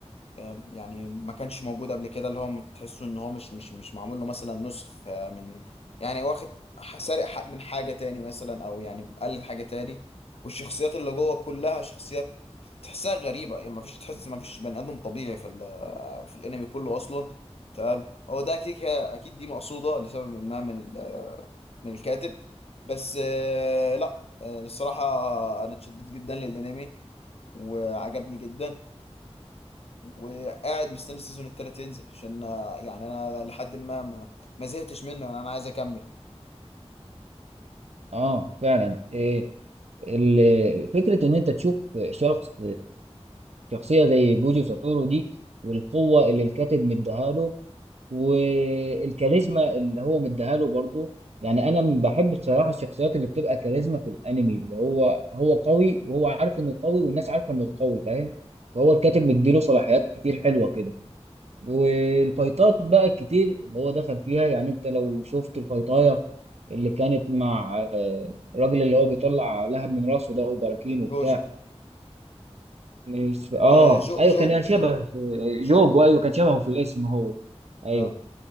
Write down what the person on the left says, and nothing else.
آه، يعني ما كانش موجود قبل كده اللي هو تحسه ان هو مش مش مش معمول له مثلا نسخ آه، من يعني واخد ح- سارق حق من حاجة تاني مثلا او يعني مقلد حاجة تاني والشخصيات اللي جوه كلها شخصيات تحسها غريبة يعني ما فيش تحس ما فيش بني ادم طبيعي في ال- في الانمي كله اصلا تمام هو ده اكيد اكيد دي مقصودة لسبب ما من ال- من الكاتب بس آه، لا آه، الصراحة انا اتشددت جدا للانمي وعجبني جدا وقاعد مستني السيزون التالت ينزل عشان آه، يعني انا لحد ما ما, ما زهقتش منه يعني انا عايز اكمل
جوجو
آه، جو
جوجو
جوجو
جوجو
اه